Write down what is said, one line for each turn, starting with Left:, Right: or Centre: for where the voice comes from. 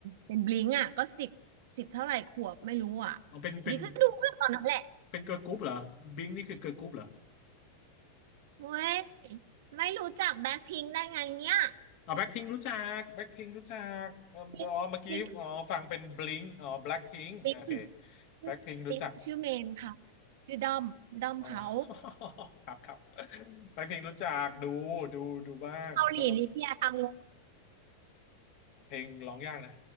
Right: เป็นบลิงอ่ะก็สิบสิบเท่าไหร่ขวบไม่รู้อ่ะ
Left: เอาเป็นเป็น
Right: บีก็ดูเมื่อตอนนั้นแหละ
Left: เป็นเกิร์ลกรุ๊ปเหรอบิงนี่คือเกิร์ลกรุ๊ปเหรอ
Right: เว้ยไม่รู้จักแบ็คพิงค์ได้ไงเนี่ย
Left: อ๋อแบ็คพิงรู้จักแบ็คพิงรู้จักเอออ๋อเมื่อกี้อ๋อฟังเป็นบลิงอ๋อแบล็คพิงโอเค
Right: บลิงบลิงคือชื่อบลิงคือ
Left: แบ็คพิงรู้จัก
Right: ชื่อบลิงชื่อเมนค่ะชื่อดอมดอมเขา
Left: อ๋อ <laughs> ครับครับแบ็คพิงรู้จักดูดูดูบ้างแต่ว่า
Right: เกาหลีนี่พี่ยทำงง
Left: เพลงร้องยากนะ